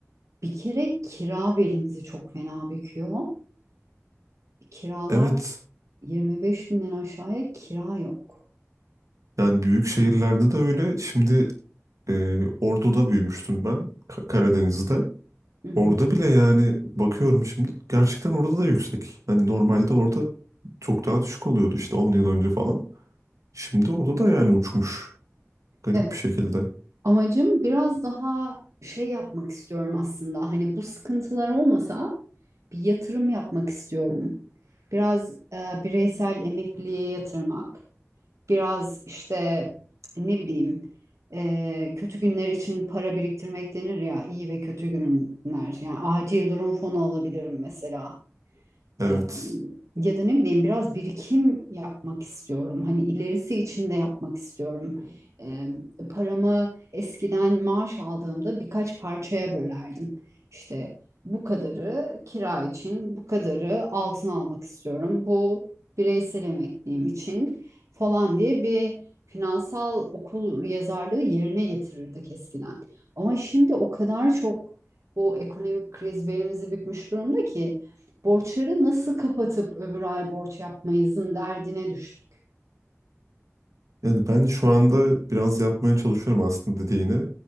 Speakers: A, on the right; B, on the right.
A: bir kere kira belimizi çok fena büküyor. Kiralar
B: Evet
A: 25 binden aşağıya kira yok.
B: yani büyük şehirlerde de öyle şimdi ee, Ordu'da büyümüştüm ben Ka- Karadeniz'de.
A: Hı hı.
B: Orada bile yani bakıyorum şimdi gerçekten orada da yüksek. Hani normalde orada çok daha düşük oluyordu işte 10 yıl önce falan. Şimdi orada da yani uçmuş garip
A: Evet,
B: bir şekilde.
A: amacım biraz daha şey yapmak istiyorum aslında. Hani bu sıkıntılar olmasa bir yatırım yapmak istiyorum. Biraz e, bireysel emekliliğe yatırmak, biraz işte ne bileyim e, kötü günler için para biriktirmek denir ya iyi ve kötü günler. Yani acil durum fonu alabilirim mesela.
B: Evet.
A: Ee, ya da ne bileyim biraz birikim yapmak istiyorum. Hani ilerisi için de yapmak istiyorum. Ee, paramı eskiden maaş aldığımda birkaç parçaya bölerdim. İşte bu kadarı kira için, bu kadarı altın almak istiyorum. Bu bireysel emekliliğim için falan diye bir finansal okul yazarlığı yerine getirirdik eskiden. Ama şimdi o kadar çok bu ekonomik kriz belimizi bükmüş durumda ki Borçları nasıl kapatıp öbür ay borç yapmayızın derdine düştük.
B: Yani ben şu anda biraz yapmaya çalışıyorum aslında dediğini.